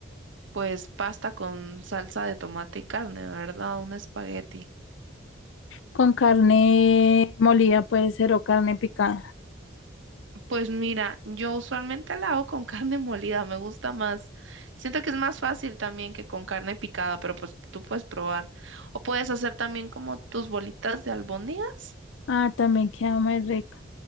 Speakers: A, on the right; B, on the left.
A: pues pasta con salsa de tomate y carne, ¿verdad? Un espagueti.
B: Con carne molida puede ser o carne picada.
A: Pues mira, yo usualmente la hago con <laughs> carne molida, me gusta más. Siento que es más fácil también que con carne picada, pero pues tú puedes probar. O puedes hacer también como tus bolitas de albóndigas.
B: Ah, también queda muy rico.